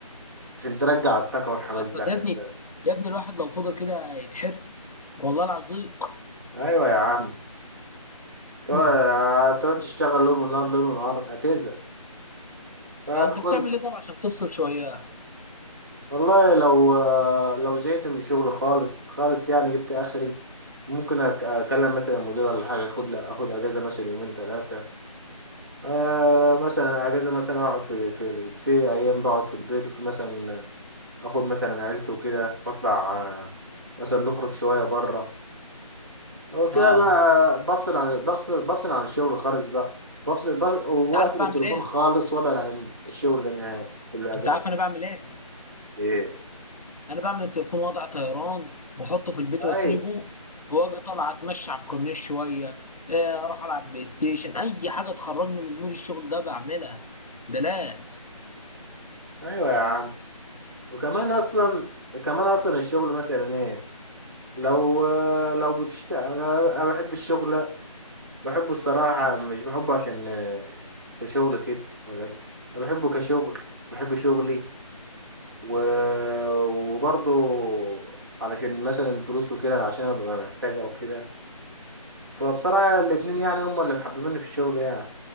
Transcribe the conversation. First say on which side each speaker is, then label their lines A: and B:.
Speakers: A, on the right (about 35°); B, on the left (about 85°).
A: عشان ترجع الطاقه والحماس
B: اصل
A: بتاعتك
B: يا ابني يا ابني الواحد لو فضل كده يتحرق والله العظيم
A: ايوه يا عم تقعد
B: مم.
A: هتقعد تشتغل ليل ونهار ليل ونهار هتزهق فدخلت
B: آه، انت بتعمل ايه طب عشان تفصل شويه
A: والله لو آه، لو زهقت من الشغل خالص خالص يعني جبت اخري ممكن أك- اكلم مثلا المدير ولا حاجه اخد اخد اجازه مثلا يومين ثلاثه آه مثلا اجازه مثلا اقعد في في في ايام بقعد في البيت وفي مثلا اخد مثلا عيلتي وكده واطلع آه، مثلا نخرج شويه بره هو كده
B: اه
A: بقى بفصل عن بفصل بفصل عن الشغل خالص بقى بفصل بق... واقفل
B: انت عارف بعمل
A: التليفون
B: ايه
A: خالص وابعد عن الشغل ده نهائي في الاجازه
B: انت عارف انا بعمل ايه
A: ايه
B: انا بعمل التليفون وضع طيران واحطه في البيت واسيبه
A: ايوه
B: واجي طالع اتمشى على الكورنيش شويه آه، اروح العب بلاي ستيشن اي حاجه تخرجني من مود الشغل ده بعملها ده لازم
A: ايوه يا عم وكمان اصلا كمان اصلا الشغل مثلا ايه لو لو بتشت انا أنا بحب الشغل بحبه الصراحه مش بحبه عشان آه، كشغل كده ولا كده. انا بحبه كشغل بحب شغلي و... وبرضه علشان مثلا الفلوس وكده عشان أنا ببقى محتاجها وكده فبصراحة الاتنين يعني هم اللي محببيني في الشغل يعني